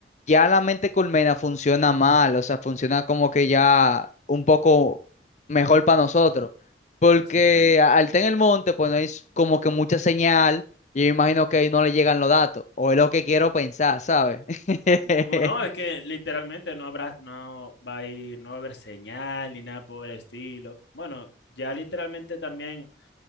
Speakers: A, on the left; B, on the left.
A: ya la mente colmena funciona mal, o sea, funciona como que ya un poco mejor para nosotros. Porque
B: Sí.
A: a- al estar en el monte, pues no hay s- como que mucha señal, y yo imagino que ahí no le llegan los datos, o es lo que quiero pensar, ¿sabes? <laughs>
B: Bueno, es que literalmente no habrá, no va a ir, no va a haber señal ni nada por el estilo. Bueno, ya literalmente también